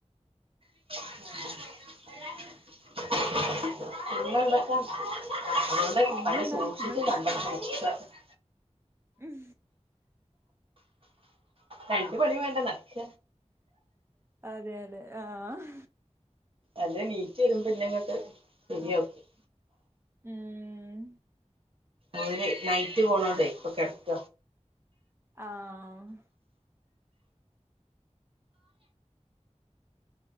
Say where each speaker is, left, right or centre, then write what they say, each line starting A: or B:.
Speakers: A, on the right; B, on the right.
A: ആഹ് <unintelligible> <unintelligible>
B: പിന്നെന്താ ഇങ്ങള് ഉം
A: രണ്ടു പണിയും വേണ്ട നട്‌ക്ക
B: അതെ അതെ ആഹ്
A: അല്ലേ നീറ്റ് വരുമ്പോന്നെങ്ങോക്ക് ശരിയാക്കും.
B: ഉം
A: ഓരേ നൈറ്റ് പോണൊണ്ടേ ഇപ്പൊ കിടക്ക
B: ആഹ്